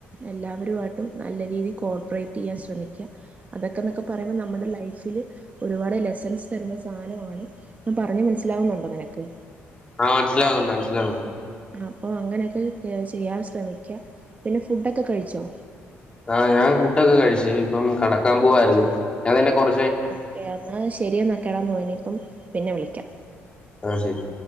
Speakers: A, on the right (about 30°); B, on the left (about 20°).
A: എല്ലാവരുആയ്ട്ടും നല്ല രീതി കോർപ്പറേറ്റെയ്യാൻ ശ്രമിക്കാ അതൊക്കെന്നൊക്കെ പറയുമ്പോ നമ്മടെ ല ലൈഫില് ഒരുപാട് ലെസൻസ് തരുന്ന സാനവാണ് ഞാൻ പറഞ മനസിലാവു ന്നു ടോ നിനക്ക്
B: ആ മനസ്സിലാവുന്നുണ്ട് മനസ്സിലാവ്ണ്ട്
A: അപ്പൊ അങ്ങനെയൊക്കെ ചെയ്യാൻ ശ്രമിക്ക, പിന്നെ ഫുഡൊക്കെ കഴിച്ചോ?
B: ആ ഞാൻ ഫുഡൊക്കെ കഴിച്ചു ഇനിപ്പം കടക്കാൻ പോവായ്ര്ന്ന് ഞാൻ നിന്നെ കൊർ
A: ഓക്കെ എന്നാ ശരി എന്നാ കെടന്നോ ഇനിപ്പം പിന്നെ വിളിക്കാ
B: ആ ശരി